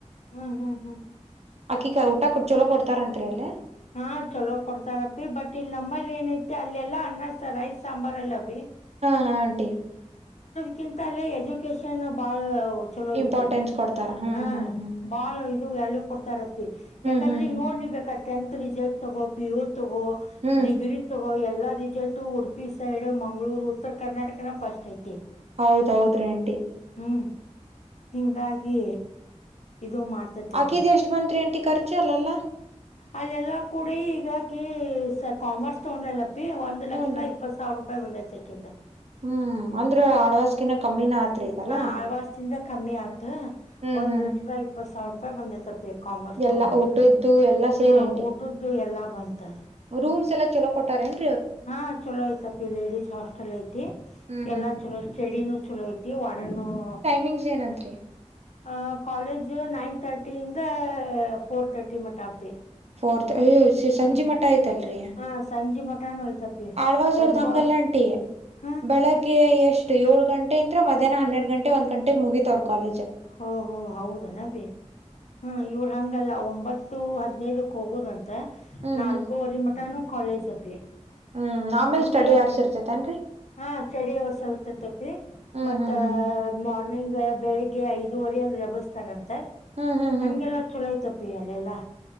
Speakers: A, on the left (about 70°); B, on the right (about 60°).
A: ಹ್ಮ್ ಹ್ಮ್ ಹ್ಮ್
B: ಅಕ್ಕಿಿಕ ಊಟ ಕೊಡ್ ಚಲೋ ಕೊಡ್ತಾರಂತ್ರಿ ಅಲ್ಲೇ
A: ಹಾ ಹ ಚಲೋ ಕೊಡ್ತಾರಪಿ ಬಟ್ ಇಲ್ಲಿ ನಮ್ಮಲ್ಲಿ ಏನೈತಿ ಅಲ್ಲೆಲ್ಲಾ ಅನ್ನ ಸಾಂಬರ್ರೈಸ್ ಸಾಂಬಾರ್ ಎಲ್ಲ ಭೀ
B: ಹಾ ಹಾ ಆಂಟಿ
A: ಕಿಂತಲ್ಲಿ ಎಜುಕೇಶನ್ ಬಾಳ ಚಲೋ
B: ಇಂಪಾರ್ಟೆನ್ಸ್
A: ಐತಿ
B: ಕೊಡ್ತಾರ ಹ್ಮ್
A: ಹ
B: ಹ್ಮ್ ಹ್ಮ್
A: ಬಾಳ ಇದು ಎ ಕೊಡ್ತಾರಪ್ಪಿ ಯಾಕಂದ್ರೆ
B: ಹ್ಮ್ ಹ್ಮ್
A: ಈಗ
B: ಹ್ಮ್
A: ನೋಡ್ ನೀ ಬೇಕ ಟೆಂತ್ ರಿಸಲ್ಟ್, ತಗೂ ಪಿ ಯು ತಗೊ
B: ಹ್ಮ್
A: ಡಿಗ್ರಿ ತಗೊ ಎಲ್ಲಾ ರಿಸಲ್ಟ್ ಉಡುಪಿ ಸೈಡ್ ಮಂಗ್ಗಳೂರು ಉತ್ತರ ಕರ್ನಾಟಕನ ಫಸ್ಟ್ ಐತಿ
B: ಹೌದೌದ್ರೀ ಆಂಟಿ
A: ಹ್ಮ್ ಹಿಂಗಾಗಿ. ಇದು ಮಾಡ್ತೇತಪ್ಪಿ
B: ಆಕಿದ ಎಷ್ಟ್ ದಿನ ಚೆಕ್ ಮಂತ್ರಿ ಆಂಟಿ ಖರ್ಚು ಅಲ್ಲಲ್ಲಾ.
A: ಅಲ್ಲೆಲ್ಲಾ ಕೂಡಿ ಈಗಕ ಕಾಮರ್ಸ್ ತಗೊಂಡ್ರ ಎಲ್ಲ. ಬಿ ಒಂದ್
B: ಹೂನ್
A: ಲಕ್ಷದ
B: ರೀ
A: ಇಪ್ಪತ್ತು ಸಾವಿರ ರೂಪಾಯಿ ಒಂದೈತೆ ಅಕಿಂದ.
B: ಹ್ಮ್ ಅಂದ್ರ ಆಳ್ವಾಸ್ ಕಿನ ಕಮ್ಮಿನ. ಆತ್ರಿ ಇದಲ್ಲಾ
A: ಹಾ ಆಳ್ವಾಸ್ ಕಿನ್ನ ಕಮ್ಮಿ ಆತ
B: ಹ್ಮ್
A: ಒಂದ್
B: ಹ್ಮ್
A: ಲಕ್ಷದ ಇಪ್ಪತ್ ಸಾವಿರ ರೂಪಾಯಿ ಬಂದೈತಪ್ಪ. ಮ ಕಾಮರ್ಸ್
B: ಎಲ್ಲಾ
A: ನೋಡ್ಲಿಕ್ಕ
B: ಊಟದ್ದು ಎಲ್ಲಾ ಸೇರಿ
A: ಹಾ
B: ಆಂಟಿ
A: ಊಟದ್ದು ಎಲ್ಲಾ ಬಂತ.
B: ರೂಮ್ಸ್ ಎಲ್ಲ ಚೊಲೋ ಕೊಟ್ಟಾರನ್.
A: ಹಾ ಚಲೋ ಐತಪ್ಪಿ ಲೇಡೀಸ್ ಹಾಸ್ಟೆಲ್ ಐತಿ
B: ಹ್ಮ್ ಹ್ಮ್
A: ಎಲ್ಲಾ ಚಲೋ ಸ್ಟಡಿನೂ ಚಲೋ ಐತಿ ಕನ್ನು <inaudible>
B: ಫೇಸ್ ಏನ ಅಂತ್ರಿ
A: ಅ ಕಾಲೇಜ್ ಇ ನೈನ್ ತರ್ಟಿಿಂದ ಫೋರ್ ತರ್ಟಿ ಮಟ್ಟ ಅಪ್ಪಿ
B: ಫೋರ್ತ್ ಸಂಜಿ
A: ಹ್ಮ್
B: ಮಟಾಯ ತಲ್ ರೀಯ
A: ಹಾ ಸಂಜೆ ಮಟಾನು ಐತಪಿ
B: ಆಳ್ವಾಜೋರ್ದ
A: ಒಂಬ
B: ಹಂಗಲ್ಲಂಟಿ
A: ಹ
B: ಬೆಳಗ್ಗೆ ಎಷ್ಟ ಇಷ್ಟ ಏಳು ಗಂಟ ಅಿಂದ್ರ ಮಧ್ಯಾಹ್ನ ಹನ್ನೆರ ಗಂೆ ಒಂದ್ ಗಂಟೆಗೆ ಮುಗಿತತ್ ಅವ್ ಕಾಲಜ್
A: ಹೊಓ ಹೋ ಹೌದು ನೀ ಹ್ಮ್ ಇವರು ಹಂಗಲ್ಲ ಒಂಬತ್ತು ಹದ್ಿನೈದು ಹೋಗೋುದಂತೆ
B: ಹ್ಮ್
A: ನಾಲ್ಕೂವರೆ
B: ಹ್ಮ್
A: ಮಟಾನು ಕಾಲೇಜ್ ಅಪ್ಪಿ
B: ಹ್ಮ್ ಆಮೇಲ್
A: ಹಂಗೆಲ್ಲಚ್ಚು
B: ಸ್ಟಡಿ ಯಾರ್ಸ್ ಇರ್ತೇತನ್ರರಿ
A: ಹಾ ಸಡಿ ಅವರ್ ಸಗತಪ್ಪಿ
B: ಹ್ಮ್
A: ಮತ್ತ
B: ಹ್ಮ್ ಹ್ಮ್
A: ಮಾರ್ನಿಂಗ್ ಬೆಳಿಗ್ ಗೆ ಐದುವರೆ ಅಂದ ರೆಬಸ್ತಾರಂತೆ
B: ಹ್ಮ್ ಹ್ಮ್ ಹ್ಮ್
A: ಹಂಗೆಲ್ಲಾ ಚುಲೋತಪ್ಪಿ ಅಲ್ಲ ಎಲ್ಲಾ